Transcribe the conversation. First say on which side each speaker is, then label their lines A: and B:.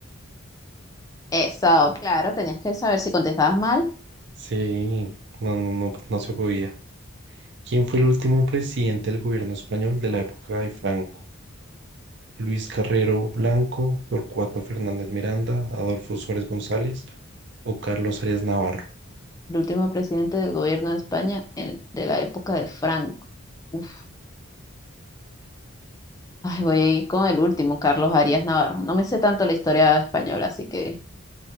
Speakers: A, on the left; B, on the right.
A: Eso, claro, tenías que saber si contestabas mal.
B: Sí, no, no, no, no se podía. ¿Quién fue el último presidente del gobierno español de la época de Franco? Luis Carrero Blanco, Torcuato Fernández Miranda, Adolfo Suárez González o Carlos Arias Navarro.
A: El último presidente del gobierno de España en- de la época de Franco. Uf, ay, voy a ir con el último, Carlos Arias Navarro. No me sé tanto la historia española, así que